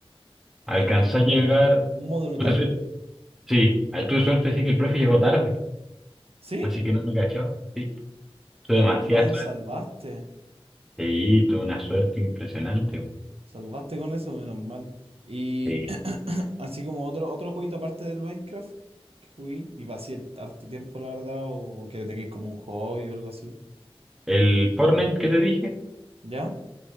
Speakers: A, on the right; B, in the centre.
A: llegaste
B: Alcancé
A: como
B: a llegar,
A: un módulo
B: tuve
A: tarde?
B: suerte, sí, tuve suerte, sí que el profe llegó tarde,
A: ¿Sí?
B: así que no me cachó, sí, tuve
A: Menos
B: demasiado
A: mal, salvaste.
B: Sí, tuve una suerte impresionante. güey.
A: Salvaste con eso, menos mal. Y
B: Sí.
A: <clears throat> así como otro, otro jueguito aparte del Minecraft que jugué y pasé el harto tiempo, la verdad, o, o que le tengáis como un hobby o algo así.
B: El Fortnite que te dije,
A: ¿Ya?